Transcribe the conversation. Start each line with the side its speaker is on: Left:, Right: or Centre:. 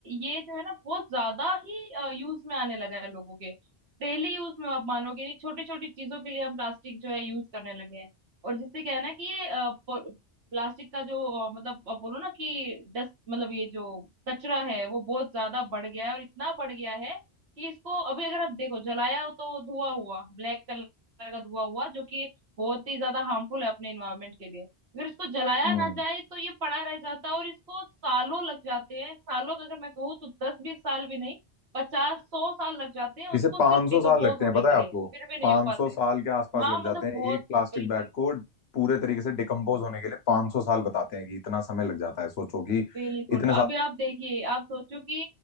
Right: ये जो है ना बहुत ज्यादा ही यूज में आने लगा है लोगों के डेली यूज में आप मानोगे नहीं छोटी छोटी चीजों के लिए हम प्लास्टिक जो है यूज करने लगे हैं और जिससे क्या है ना कि ये प्लास्टिक का जो अ, मतलब आप बोलो ना कि डस्ट मतलब ये जो कचरा है वो बहुत ज्यादा बढ़ गया है और इतना बढ़ गया है कि इसको अभी अगर आप देखो जलाया हो तो धुआं हुआ ब्लैक कलर का धुआं हुआ जो कि बहुत ही ज्यादा हार्मफुल है अपने इन्वायरमेंट के लिए अगर इसको जलाया
Left: हम्म
Right: ना जाए तो ये पड़ा रह जाता है और इसको सालों लग जाते हैं सालों का अगर मैं कहूँ तो दस बीस साल भी नहीं पचास सौ साल लग जाते हैं उसको
Left: इसे 500
Right: सिर्फ डिकम्पोज
Left: साल लगते
Right: होने
Left: हैं पता
Right: के
Left: है
Right: लिए
Left: आपको
Right: फिर भी नहीं
Left: 500
Right: हो पाते
Left: साल के आसपास
Right: हाँ
Left: लग जाते
Right: मतलब बहुत
Left: हैं एक प्लास्टिक
Right: बिल्कुल
Left: बैग को पूरे तरीके से डिकम्पोज होने के लिए 500 साल बताते हैं कि इतना समय लग जाता है सोचो कि
Right: बिल्कुल
Left: इतने साल
Right: अभी आप देखिए आप सोचो कि